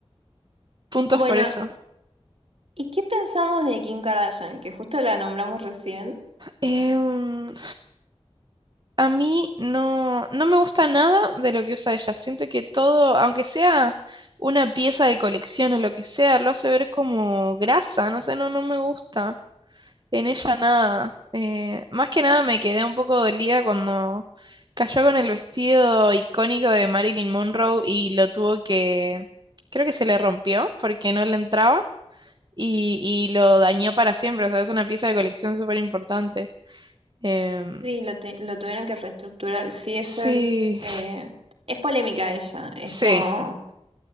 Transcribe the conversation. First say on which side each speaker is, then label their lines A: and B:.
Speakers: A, on the right; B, on the right.
A: Puntos
B: Bueno,
A: por eso.
B: ¿y qué pensamos de Kim Kardashian, que justo la nombramos recién?
A: Em, a mí no, no me gusta nada de lo que usa ella. Siento que todo, aunque sea una pieza de colección o lo que sea, lo hace ver como grasa, no sé, no, no me gusta. En ella nada. eh, más que nada me quedé un poco dolida cuando cayó con el vestido icónico de Marilyn Monroe y lo tuvo que... Creo que se le rompió porque no le entraba y, y lo dañó para siempre. O sea, es una pieza de colección súper importante. Em,
B: Sí, lo, tu- lo tuvieron que reestructurar. Sí, eso
A: sí,
B: es. eh, es polémica ella. Es
A: sí,
B: como.